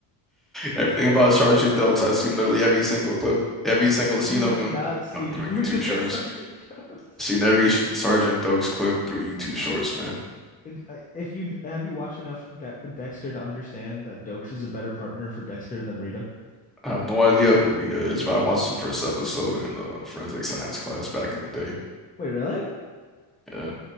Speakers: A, in the centre; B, on the left (about 20°).
A: Everything about Sergeant Oaks. I've seen literally every single clip, every single scene
B: You have
A: of him
B: not seen
A: uh, through
B: <laughs> everything
A: YouTube shorts.
B: of Sergeant Doakes.
A: Seen every S- Sergeant Oaks clip through YouTube
B: Do you
A: shorts,
B: think uh,
A: man.
B: uh, if you have you watched enough De- Dexter to understand that Dokes is a better partner for Dexter than Rita?
A: I have no idea who Rita is, but I watched the first episode in the forensic science class back in the day.
B: Wait, really?
A: Yeah, it